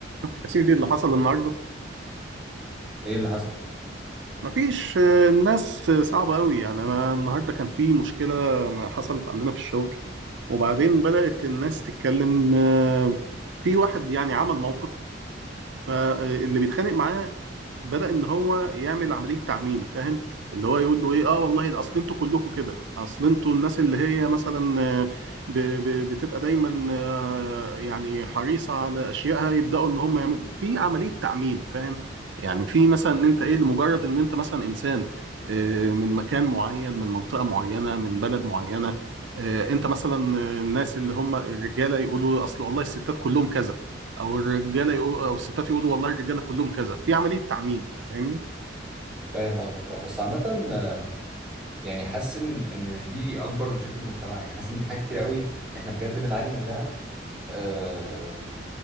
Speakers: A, on the right; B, in the centre.
A: يا سيدي اللي حصل النهارده
B: ايه اللي حصل
A: مفيش آه، الناس آه، صعبة قوي يعني انا النهارده كان في مشكلة ما حصلت عندنا في الشغل وبعدين بدأت الناس تتكلم آه، في واحد يعني عمل موقف فاللي بيتخانق معاه بدأ ان هو يعمل عملية تعميم فاهم اللي هو يقول له ايه اه والله ده اصل انتوا كلكم كده اصل انتوا الناس اللي هي مثلا آه، ب- ب- بتبقى دايما آه، يعني حريصة على اشيائها يبدأوا ان هم يعملوا في عملية تعميم فاهم يعني في مثلا ان انت ايه لمجرد ان انت مثلا انسان آه، من مكان معين من منطقة معينة من بلد معينة آه، انت مثلا آه، الناس اللي هم الرجالة يقولوا اصل والله الستات كلهم كذا او الرجاله يقول او الستات يقولوا والله الرجاله كلهم كذا في عمليه تعميم فاهمني
B: فاهم قصدك اه بس عامة آه، يعني حاسس ان ان مش دي اكبر مشاكل المجتمع يعني حاسس ان في حاجات كتير قوي احنا بجد بنعاني منها آه